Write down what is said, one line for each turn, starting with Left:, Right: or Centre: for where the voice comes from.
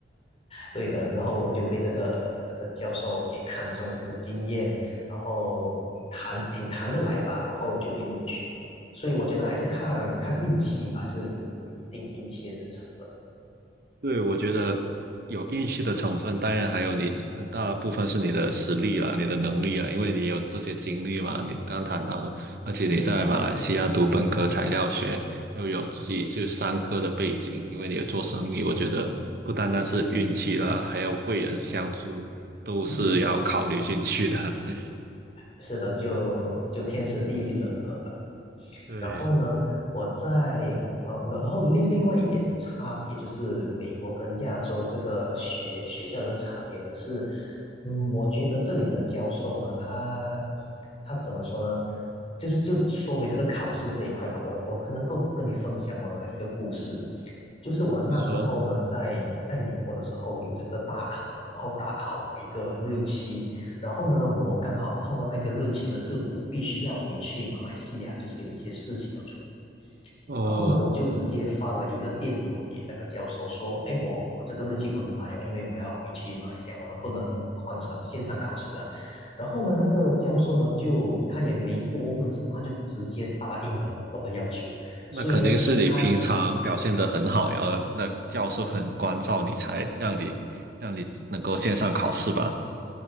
Left: 对的，然后就被这个这个教授给看中了这个经验，然后嗯谈挺谈得来吧，然后就被录取了。所以我觉得还是看看运气吧，就是有有一定运气的成分。
Right: 对，我觉得有运气的成分，当然还有你很大部分是你的实力啊，你的能力啊，因为你有这些经历嘛，你刚谈到的，而且你在马来西亚读本科材料学，又有自己就商科的背景，因为你有做生意，我觉得不单单是运气啦，还有贵人相助，都是要考虑进去的。
Left: <laughs> 嗯
Right: <laughs>
Left: 是的，就就天时地利人和吧。
Right: 对，
Left: 然后呢，我在呃，然然后另另外一点的差别就是美国跟亚洲这个学学校这个差别呢是，嗯，我觉得这里的教授呢，他他怎么说呢？就是就说回这个考试这一块吧，我我可能够跟你分享我的一个故事。就是我那时候呢，
Right: 你说，
Left: 在在美国的时候有这个大考嘛，然后大考有一个日期，然后呢，我刚好碰到那个日期呢，是我必须要回去马来西亚，就是有一些事情要处理。
Right: 哦。
Left: 然后呢，我就直接发了一个电邮给那个教授说，哎，我我这个日期不能来哦，因为我要回去马来西亚，我能不能换成线上考试啊？然后呢，那个教授呢，就他也没多问什么，他就直接答应了我的要求。
Right: 那肯定是你平常表现的很好，
Left: 所以呢，其他
Right: 然后那教授很关照你，才让你让你能够线上考试吧？